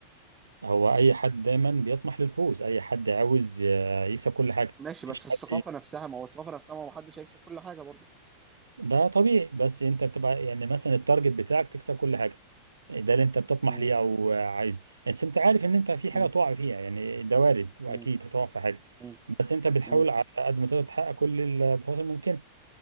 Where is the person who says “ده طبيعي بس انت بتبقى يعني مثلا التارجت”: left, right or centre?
Right